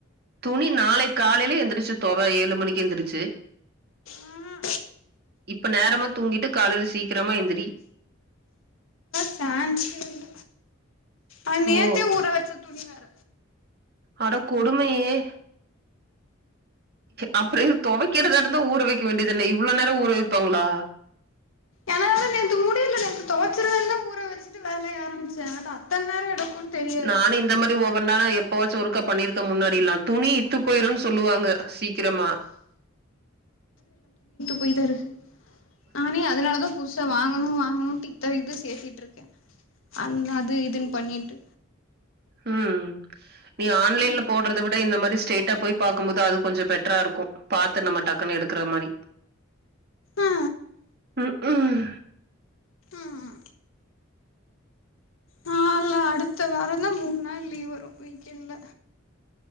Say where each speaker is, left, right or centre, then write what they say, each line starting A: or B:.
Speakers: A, on the right; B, on the left.
A: துணி நாளை காலையில எழுந்திரிச்சு தோவ ஏழு மணிக்கு எழுந்திரிச்சு
B: ஆ
A: இப்ப நேரமா தூங்கிட்டு காலையில சீக்கிரமா எந்திரி
B: சான்சே இல்ல அது நேத்தே
A: ஓ
B: உற வச்ச துணி வேற
A: அட கொடுமையே அப்பற எது துவைக்கறதா இருந்தா ஊற வைக்கற வேண்டியதானே இவ்வளவு நேரம் ஊற வைப்பாங்களா
B: என்னால நேத்து முடியல நேத்து துவச்சிருவேன்தா ஊற வச்சிட்டு வேலைய ஆரம்பிச்சேன் அது அத்தன நேரோ எடுக்குன்னு தெரியாது
A: நானு
B: எனக்கு
A: இந்த மாரி ஒவ்வொரு நாளா எப்பச்சு ஒர்க பண்ணிருக்க முன்னாடில்லா துணி இத்து போயிரும்னு சொல்லுவாங்க சீக்கிரமா
B: போய் தா இருக் நானே அதனாலதா புதுசு வாங்கணு வாங்கணுட்டு இத்த இது சேர்திட்டு இருக்கே அந்த அது இதுன்னு பண்ணிட்டு
A: உம் நீ ஆன்லைன்ல
B: ம்
A: போடுறத வி ட இந்த மாரி ஸ்டைட்டா போய் பாக்கும்போது அது கொஞ்ச பெட்டரா இருக்கு பாத்து நம்ம டக்குனு எடுக்கிற மாரி
B: ஆ
A: உ உம்
B: ம் நாள அடுத்த வார தா மூணு நாள் லீவ் வரு வீக்கெண்ட்ல